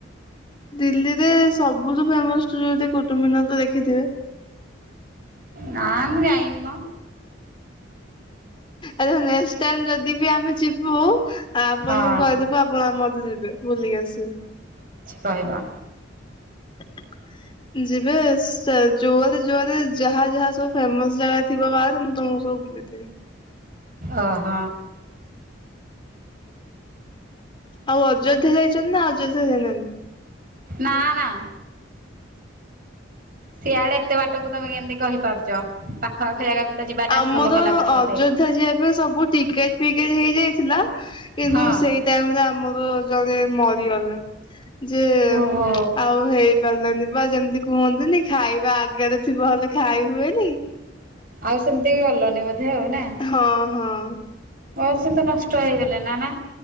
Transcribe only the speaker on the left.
ଦିଲ୍ଲୀରେ ସବୁଠୁ ଫେମସ୍ ଯଦି କୁଟୁମିନାର ତ ଦେଖିଥିବେ।
ଆଛା ନେକ୍ସଟ୍ ଟାଇମ୍ ଯଦି ବି ଆମେ ଯିବୁ ଆପଣଙ୍କୁ
କହିଦେବୁ ଆପଣ ଆମ ମତେ ଯିବେ ବୁଲିକି ଆସିବେ।
<inaudible> ଯିବେ ସେ ଜୋଆରେ ଜୋଆରେ ଯାହା ଯାହା ସବୁ ଫେମସ୍ ଜାଗା ଥିବ। ବାହାରେ ମୁଁ ତମକୁ ସବୁ ବୁଲେଇ ଦେବି।
ଆଉ ଅଯୋଧ୍ୟା ଯାଇଛନ୍ତି ନା ଅଯୋଧ୍ୟା ଯାଇ ନାହାଁନ୍ତି।
ଆମର
ଅଯୋଧ୍ୟା
ଯିବା ପାଇଁ ସବୁ ଟିକେଟ୍ ଫିକେଟ୍ ହେଇଯାଇଥିଲା। କିନ୍ତୁ
ସେଇ ଟାଇମ୍ ରେ ଆମର ଜଣେ ମରିଗଲେ। ଯେ
ଆଉ ହେଇ ପାରିଲାନି ବା ଯେମିତି କୁହନ୍ତିନି। ଖାଇବା ଆଗରେ ଥିବ ହେଲେ ଖାଇ ହୁଏନି।
ହଁ ହଁ।